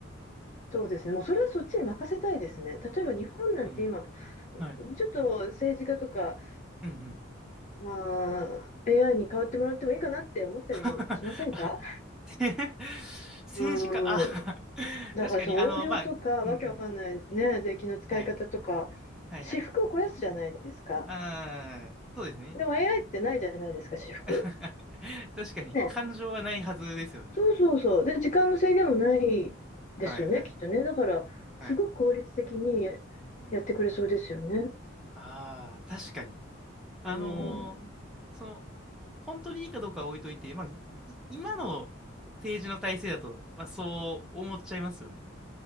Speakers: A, on the left; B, in the centre.
A: そうですね、もうそれはそっちに任せたいですね。例えば日本なんて今、
B: うん。
A: ち
B: はい。
A: ょっと政治家とか
B: うんうん
A: まあ、AI に代わってもらってもいいかなって思ったりもしませんか
B: <laughs> あて <laughs> 政治家、
A: うん。
B: あ <laughs>
A: だからその横領とか、
B: 確かに、あの、まあ、うんうん。
A: わけわかんないね、税金の使い方とか、
B: はい。はいはい。
A: 私服を肥やすじゃないですか。
B: ああ、そうですね。
A: でも AI ってないじゃないですか、私服。
B: <laughs> 確かに、
A: ね。
B: 感情はないはずですよね。
A: そうそうそう。で、時間の制限もないですよね、
B: はいはい。
A: きっとね。だから、
B: はい。
A: すごく効率的に
B: うんうんうん。
A: やってくれそうですよね。
B: ああ、確かに。あの
A: うん。
B: ーその、本当にいいかどうかは置いといて、まあ、い今の政治の体制だと、まあ、そう思っちゃいますよね。